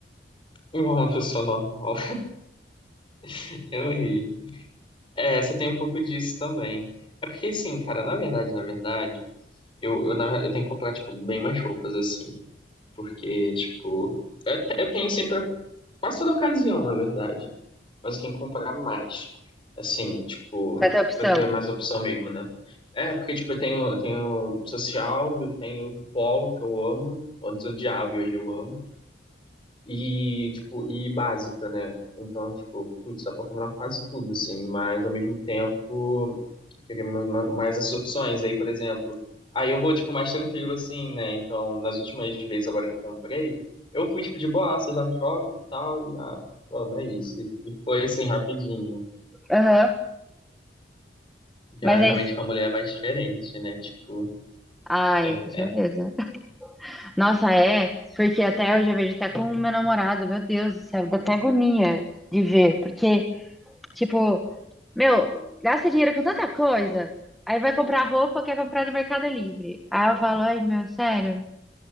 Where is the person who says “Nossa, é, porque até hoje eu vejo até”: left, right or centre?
Centre